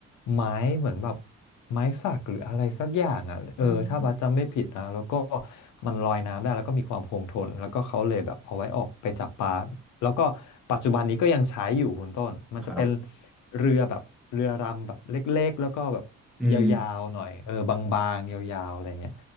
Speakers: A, on the left (about 75°); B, in the centre.
A: ไม้เหมือนแบบไม้สักหรืออะไรสักอย่างอ่ะเออถ้าบัสจำไม่ผิดนะแล้วก็
B: ผม
A: มันลอยน้ำได้แล้วก็มีความคงทนแล้วก็เขาเลยแบบเอาไว้ออกไปจับปลา แล้วก็ปัจจุบันนี้ก็ยังใช้อยู่คุณต้นมันจะเป็น
B: ครับ
A: เรือแบบเรือรำแบบเล็กๆแล้วก็แบบ
B: อืม
A: ยาวๆหน่อยเออบางๆยาวๆอะไรเงี้ย